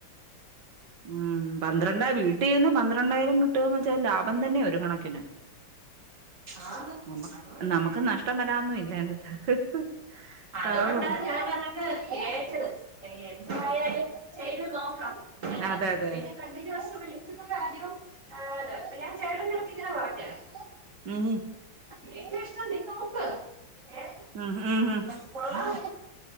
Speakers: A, on the right; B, on the right.
A: ഉം. പന്ത്രണ്ട വീട്ടിലിരുന്ന് പന്ത്രണ്ടായിരം കിട്ടുകാന്ന് വെച്ചാൽ ലാഭം തന്നെയ ഒരു കണക്കിന്!
B: ആന്നു.
A: നമ്മ
B: അതുകൊണ്ടാ!
A: നമുക്ക് നഷ്ടം വരാനൊന്നും ഇല്ല അതിനകത്ത്
B: അതുകൊണ്ടാണ്
A: അതാ പറഞ്ഞെ
B: ഞാനതൊക്കെ ഏറ്റത്. എന്തായാലും ചെയ്ത് നോക്കാം. <unintelligible>
A: അതെ അതെ
B: <unintelligible>
A: ഉം! <unintelligible>
B: നിന്റ ഇഷ്ടം നീ നോക്ക് ഏ
A: ഉം ഉംഹും
B: കൊള്ളാം!